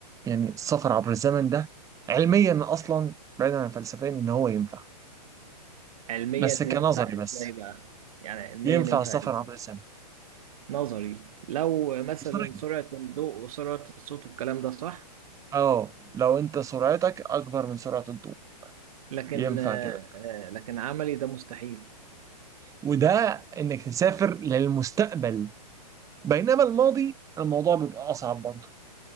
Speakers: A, on the right; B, on the right.
A: يعني السفر عبر الزمن ده علميا اصلا بعيدا عن فلسفيا ان هو ينفع
B: علميا
A: بس كنظري
B: ينفع
A: بس
B: إزاي بقى يعني علميا
A: ينفع
B: ينفع
A: السفر
B: إزاي
A: عبر الزمن
B: نظري لو مثلا
A: بسرعة
B: سرعة الضوء وسرعة الصوت والكلام ده صح
A: اه لو انت سرعتك اكبر من سرعة الضوء
B: لكن
A: ينفع
B: آه،
A: كده
B: آه، لكن عملي ده مستحيل
A: وده انك تسافر للمستقبل بينما الماضي الموضوع بيبقى اصعب برضه